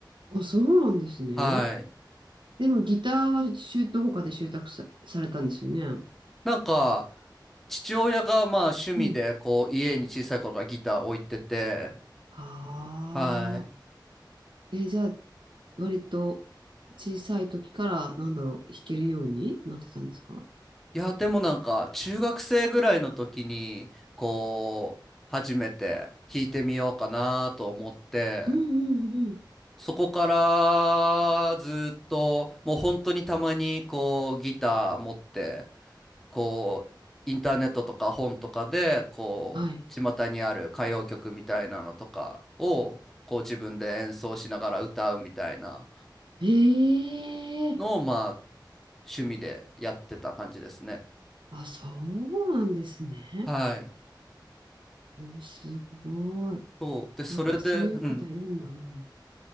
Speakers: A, on the right; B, in the centre.
A: あ、そうなんですね。
B: はい。
A: でも、ギターは習得、他で習得さ、されたんですよね。
B: なんか、父親がまあ趣味で、
A: うん。
B: こう、家に小さい頃からギター置いてて、
A: はあ。
B: はい。
A: え、じゃあ、割と小さい時から、なんだろう、弾けるようになってたんですか
B: いや、でもなんか、中学生ぐらいの時に、こう、初めて弾いてみようかなと思って、
A: うんうんうん。
B: そこからずっと、もう本当にたまにこう、ギター持って、こうインターネットとか本とかでこう巷にある歌謡曲みたいなのとかをこう自分で演奏しながら歌うみたいな
A: はい。ええ
B: のをまあ趣味でやってた感じですね。
A: あ、そうなんですね。
B: はい。
A: お、すごい。
B: そうでそれで、
A: なんかそういう方いるんだ。
B: うん、
A: うん。